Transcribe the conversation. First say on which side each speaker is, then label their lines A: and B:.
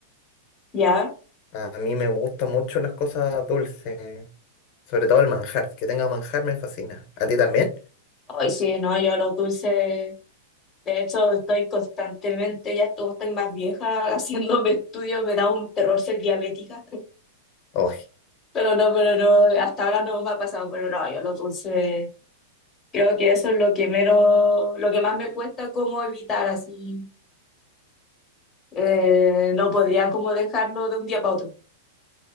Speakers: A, on the left (about 20°); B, on the left (about 45°).
A: ¿Ya?
B: A mí me gustan mucho las cosas dulces, sobre todo el manjar. Que tenga manjar me fascina. ¿A ti también?
A: Ay, sí, no, yo los dulces. De hecho, estoy constantemente, ya estu- estoy más vieja <laughs> haciéndome estudios, me da un terror ser diabética.
B: Oh,
A: Pero no, pero no, hasta ahora no me ha pasado, pero no, yo los dulces. Creo que eso es lo que menos, lo que más me cuesta como evitar así. Eh, no podría como dejarlo de un día para otro.